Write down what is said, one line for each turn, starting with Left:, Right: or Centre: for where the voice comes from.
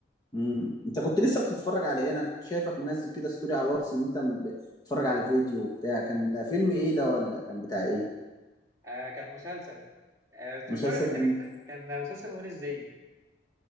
Left: مم. انت كنت لسه بتتفرج على ايه انا كنت شايفك منزل كده ستوري على الواتس ان انت بتتفرج على فيديو وبتاع كان فيلم ايه ده ولا كان بتاع ايه
Right: آه كان مسلسل آه بتتفرج
Left: مسلسل
Right: على
Left: مين؟
Right: اجنبي انت؟ كان مسلسل وين ازاي؟